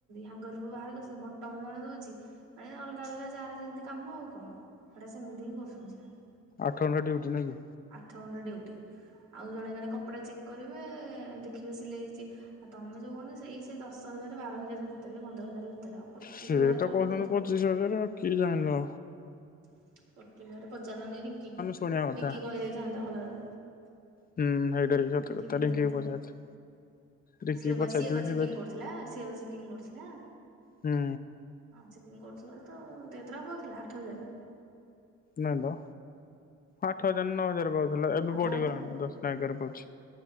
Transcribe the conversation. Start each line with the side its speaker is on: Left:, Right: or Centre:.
Right: ହାଙ୍ଗର ରୁ ବାହାର କରଛନ୍ତି, ବଟମ ଜଣେ ଦଉଛି, ମାନେ ଅଲଗା ଅଲଗା ଯାହାର ଯେମିତି କାମ ଆଉ କଣ ହେଟା ସେମିତି ହିଁ କରୁଛନ୍ତି, ସେମାନେ।
Left: ଆଠ ଘଣ୍ଟା ଡ୍ୟୁଟି ନାଇଁ କି?
Right: ଆଠ ଘଣ୍ଟା ଡ୍ୟୁଟି। ଆଉ ଜଣେ ଜଣେ କପଡା ଚେକ୍ କରିବେ, ଦେଖିବେ, ସିଲେଇ ହେଇଚି, ଆଉ ତମେ ଯୋଉ କହୁନ ସେଇ ସେଇ ଦଶ ହଜାର, ବାର ହଜାର ଭିତରେ, ପନ୍ଦର ହଜାର ଭିତରେ ଆଉ ପଚିଶ
Left: ସିଏ
Right: ହଜାର
Left: ତ
Right: କାହାକୁ
Left: କହୁଛନ୍ତି,
Right: ଦଉଥିବ
Left: ପଚିଶ
Right: ମ।
Left: ହଜାର ଆଉ କିଏ ଜାଣିଲା।
Right: ଅ ପଚିଶି ହଜାରେ ପଚାରିଲନି ରିଙ୍କି କି।
Left: ଶୁଣିବା କଥା
Right: ରିଙ୍କି କହି ଦେଇେଇଥାନ୍ତା ଭଲରେ।
Left: ହୁଁ ହେଇଟା ବି ସତ
Right: ରିଙ୍କି
Left: କଥା
Right: କହିଥାନ୍ତା,
Left: କୁ ପଚାରିଥିଲି। ରିଙ୍କି
Right: ସିଏ
Left: କି ପଚାରିଥିଲି
Right: ବା
Left: ସେ
Right: ଚେକିଂ
Left: କହି
Right: କରୁଥିଲା ସିଏ ବା ଚେକିଙ୍ଗ କରୁଥିଲା,
Left: ହୁଁ
Right: ଅ ଚେକିଙ୍ଗ କରୁଥିଲା ତ ସେ କେତେ ଟଙ୍କା ପାଉଥିଲା, ଆଠ ହଜାରେ।
Left: ନାଇଁ ତ ଆଠ ହଜାର, ନଅ ହଜାର ପାଉଥିଲା, ଏବେ
Right: ଆଉ
Left: ବଢିଗଲାଣି
Right: ତାହେଲେ
Left: ଦଶ ନା ଏଗାର ପାଉଚି।